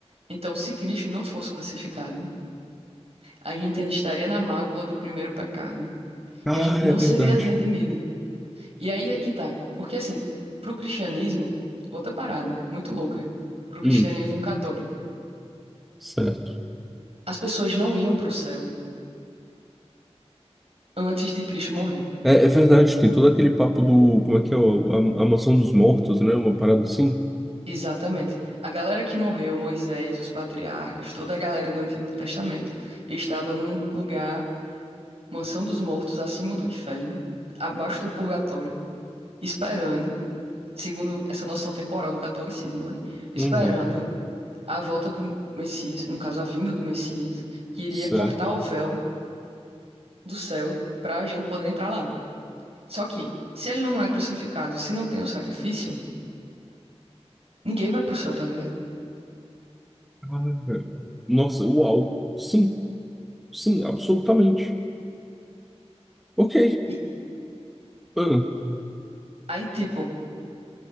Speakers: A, on the right; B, in the centre.
A: Então, se Cristo não fosse crucificado, a gente ainda estaria na mácula do primeiro pecado
B: Cara,
A: e a gente não
B: é verdade.
A: seria redimido. E aí é que tá. Porque, assim, pro cristianismo, outra parada, muito louca, pro cristianismo
B: Hum,
A: católico,
B: certo.
A: as pessoas não iam pro céu. antes de Cristo morrer.
B: É, é verdade, tem todo aquele papo do. Como é que é? o- A, a mansão dos mortos, né? Uma parada assim?
A: Exatamente. A galera que morreu, Moisés, os patriarcas, toda a galera do Antigo Testamento, estava num lugar, mansão dos mortos, acima do inferno, abaixo do purgatório, esperando, segundo essa noção temporal do catolicismo, né? Esperando
B: Uhum,
A: a volta do Messias, no caso, a vinda do Messias, que iria
B: certo.
A: cortar o véu do céu para a gente poder entrar lá. Só que, se ele não é crucificado, se não tem o sacrifício, ninguém vai pro céu, tá ligado?
B: Ah, Nossa, uau. Sim, sim, absolutamente. Ok.
A: E
B: Ah,
A: aí, tipo.